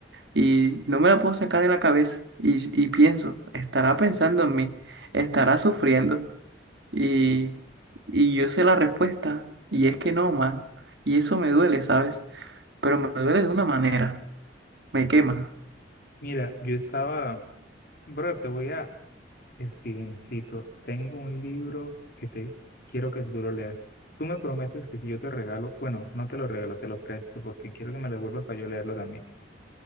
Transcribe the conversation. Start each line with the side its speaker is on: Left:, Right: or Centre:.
Right: y no me la puedo sacar de la cabeza. Y, y pienso, estará pensando en mí, estará sufriendo y, y yo sé la respuesta y es que no, man. Y eso me duele, ¿sabes? Pero me duele de una manera, me quema
Left: Mira, yo estaba, bro, te voy a, Stevencito, tengo un libro que te quiero que tú lo leas. Tú me prometes que si yo te regalo, bueno, no te lo regalo, te lo presto porque quiero que me lo devuelvas para yo leerlo también.